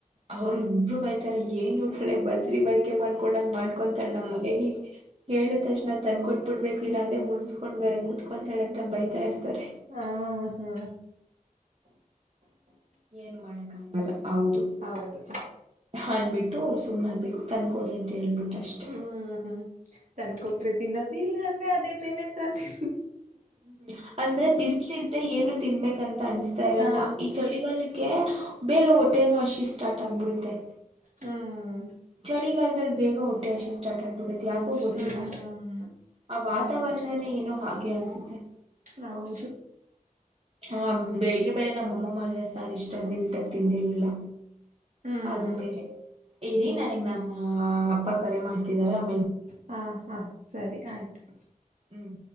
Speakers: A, on the right; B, on the right.
A: ಅವ್ರು ಇಬ್ರು ಬೈತಾರೆ ಏನ್ ನೋಡ್ಕಳೆ ಬಸ್ರಿ ಬಯಕೆ ಮಾಡ್ಬ. ಕೂಡ ಮಾಡ್ಕೊಂತಳ ನಮ್ಮ ಮನೇಲಿ ಹೇಳಿದ ತಕ್ಷ್ ನಾ ತಂದಕೊಟ್ ಬಿಡ್ಬೇಕು ಇಲ್ಲ ಅಂದೆ ಮುಣಿಸಸ್ಕೊಂಡ್ ಬರ ಕುತ್ಕಂತ ಹೇಳತ ಬೈತಾ ಇರ್ತಾರೆ
B: ಹಾ ಹಾ
A: ಏನ್ ಮಾಡಕಾಗಲ್ಲ ಹೌದು
B: ಹೌದು
A: ಹಂದ್ಬಿಟ್ಟು ಸುಮ್ಮನಾಗಕ್ಬೇಕು ತಂದ ಕೊಡಿ ಅಂತ ಹೇಳ್ಬಿಟ್ಟು ಅಷ್ಟೆ.
B: ಹ್ಮ್ಮ್ ಹ್ಮ್ ತನ್ಕೂಟರೆ ತಿನ್ನೋದು ಇಲ್ಲ ಅಂದ್ರೆ ಅದೇ ಬೇಲೆ ತಿ
A: ಹ್ಮ್ ಅಂದ್ರೆ ಬಿಸಲು ಇದ್ರೆ ಏನು ತಿನ್ಬೇಕಂತ ಅನಿಸ್ತಾ ಇರಲ್ಲ
B: ಹಾ
A: ಈ ಚಳಿಗಾಲಕ್ಕೆ ಬೇಗ ಒಟ್ಟ. ಟನ್ ವರ್ಷ ಸ್ಟಾರ್ಟ್ ಆಗಿಬಿಡುತ್ತೆ.
B: ಹ್ಮ್
A: ಚಳಿಗಾಲದಲ್ಲಿ ಬೇಗ ಹೊಟ್ಟೆ ಹಸಿ ಸ್ಟಾರ್ಟ್ ಆಗ್ಬಿಡೆ ಯಾಕೋ ಗೊತ್ತಿಲ್ಲ
B: ಹ್ಮ್
A: ಆ ವಾತಾವರಣನೇ ಏನೋ ಹಾಗೆ ಅನ್ಸುತ್ತೆ.
B: ಹೌದು
A: ಹ ಬೆಳಿಗ್ಗೆ ಬೆರೆ ನಮ್ಮಮ್ಮ ಮಾಡಿರೋ ಸಾರ ಇಷ್ಟಿಟಕ್ ತಿಂದಿರಲಿಲ್ಲ.
B: ಹ್ಮ್
A: ಅದು ಬೇರೆ. ಇರಿ ನನಗ್ ನಮ್ಮ ಅಬ್ಬ ಕರೆ ಮಾಡ್ತಿದಾರೆ.
B: ಹಾ ಹಾ ಸರಿ ಆಯ್ತು. <inaudible>
A: ಹ್ಮ್